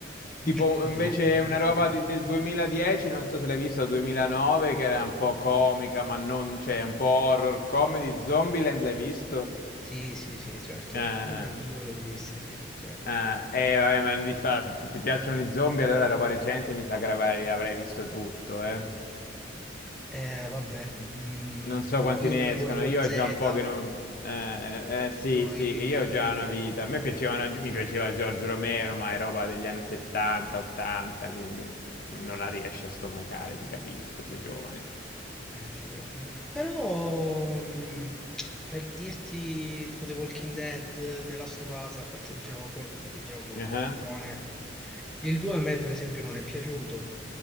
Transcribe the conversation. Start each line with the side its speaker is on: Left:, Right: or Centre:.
Centre: Mi
Left: Tipo
Centre: cringiano,
Left: invece
Centre: mi
Left: una
Centre: cringiano.
Left: roba di- del 2010, non so se l'hai vista, o 2009, che era un po' comica, ma non, cioè un po' horror comedy, Zombieland l'hai visto?
Centre: Sì, sì, sì, certo.
Left: Eh,
Centre: Uno e il
Left: eh,
Centre: due l'ho visti, sì, sì, certo.
Left: eh, eh, vabbè, ma di fa- se ti piacciono gli zombie, allora roba recente mi sa che avrai, avrai visto tutto, eh.
Centre: Eh, vabbè, mm,
Left: non so quanti
Centre: film,
Left: ne
Centre: World
Left: escano,
Centre: War
Left: io
Centre: Z,
Left: ho già un po' che non... Eh, eh, eh, sì,
Centre: poi...
Left: sì, io ho già una vita. A me piaceva, una- mi piaceva Giorgio Romero, ma è roba degli anni 70, 80, quindi non la riesci a stomacare, ti capisco, sei giovane.
Centre: Eh, sì, eh, però mh, per dirti tipo The Walking Dead, The Last of Us, a parte il gioco, il gioco
Left: Ah,
Centre: buone. Il 2 a me per esempio non è piaciuto,